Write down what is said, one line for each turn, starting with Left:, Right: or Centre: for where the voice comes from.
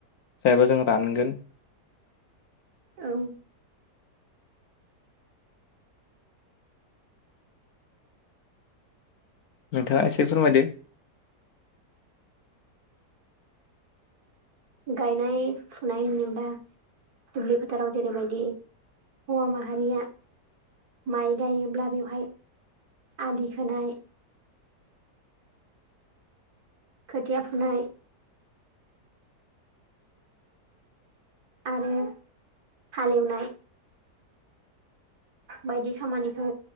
Left: जायाबा जों रानगोन।
Right: औ
Left: नोंथाङा एसे फोरमायदो।
Right: गायनाय फुनाय होनोब्ला दुब्लि फोथाराव जेरैबायदि हौवा माहारिया माइ गायोब्ला बेवहाय आलि खोनाय खोथिया फुनाय आरो हालेवनाय बायदि खामानिखौ